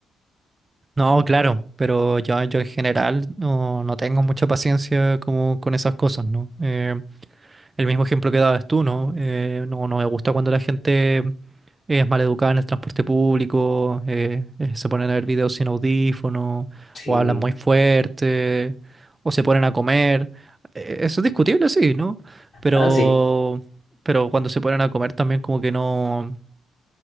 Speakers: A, on the right; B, on the left.
A: no, claro, pero yo, yo en general no, no tengo mucha paciencia como con esas cosas, ¿no? Eh, el mismo ejemplo que dabas tú, ¿no? Eh, no, no me gusta cuando la gente es maleducada en el transporte público, eh, eh, se ponen a ver videos sin audífono,
B: Sí,
A: o hablan muy fuerte, o se ponen a comer. Eh, Eso es discutible, sí, ¿no? Pero,
B: Ah, sí,
A: pero cuando se ponen a comer también como que no,